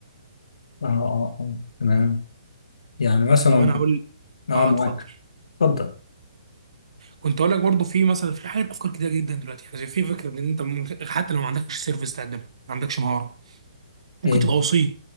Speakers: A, on the left; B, on the right.
A: اه اه اه تمام يعني مثلا
B: طب انا هقول
A: اه
B: اه
A: معاك
B: اتفضل
A: اتفضل
B: كنت اقول لك برضه في مثلا في حاجات افكار كتير جدا دلوقتي يعني في فكره ان انت ممكن- حتى لو ما عندكش سيرفيس تقدمها ما عندكش مهاره ممكن
A: إيه،
B: تبقى وسيط